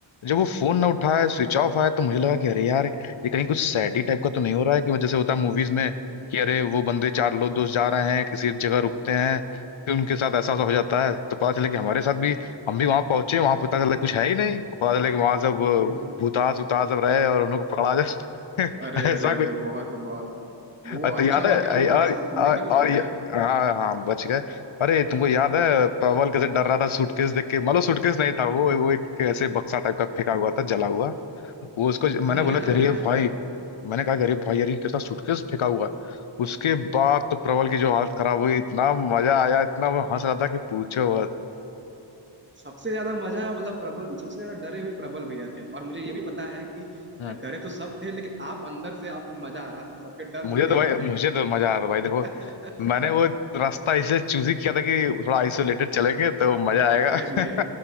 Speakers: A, on the left; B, on the right.
A: जब वो फोन ना उठाया स्विच ऑफ आया तो मुझे लगा कि अरे यार ये कहीं कुछ सैडी टाइप का तो नहीं हो रहा है कि जैसे होता है मूवीज
B: हम्म,
A: में कि अरे वो बंदे चार लोग दोस्त जा रहे हैं किसी जगह रुकते हैं फिर उनके साथ ऐसा ऐसा हो जाता है तो पता चला कि हमारे साथ भी हम भी वहां पहुंचे वहां पता चला कुछ है ही नहीं और पता चला कि वहां सब अ,
B: हम्म।
A: भूतास उतास सब रहे और उन लोग को पकड़ा जाए
B: अरे
A: <laughs> ऐसा
B: अरे अरे बहुत बहुत वो
A: और तो
B: अच्छा
A: याद
B: हुआ
A: है
B: कि
A: अरे-
B: हम लोग वहां
A: और
B: से निकल
A: और,
B: लिए
A: और
B: भैया
A: ये, हाँ हाँ बच गए अरे तुमको याद है प्रबल कैसे डर रहा था सूटकेस देख के मतलब सूटकेस नहीं था वो वो एक ऐसे बक्सा टाइप का फेंका हुआ था जला हुआ वो उसको
B: वो
A: मैंने
B: मुझे
A: बोला
B: लग
A: गरीब
B: रहा है
A: भाई मैंने कहा गरीब भाई यार ये कैसा सूटकेस फेंका हुआ है?" उसके बाद तो प्रबल की जो हालत खराब हुई इतना मजा आया इतना वो हंस रहा था कि पूछो मत
B: सबसे ज्यादा मजा मतलब प्रबल सबसे ज्यादा डरे हुए प्रबल भैया थे और मुझे ये भी पता है कि
A: हाँ
B: डरे तो सब थे लेकिन आप अंदर से आपको मजा आ रहा था सबके डर
A: मुझे
B: को
A: तो
B: देख
A: भाई
B: के
A: मुझे तो मजा आ रहा था भाई देखो
B: <laughs>
A: मैंने वो रास्ता इसलिए चूज ही किया था कि थोड़ा आइसोलेटेड चलेंगे तो मजा आएगा
B: अरे नहीं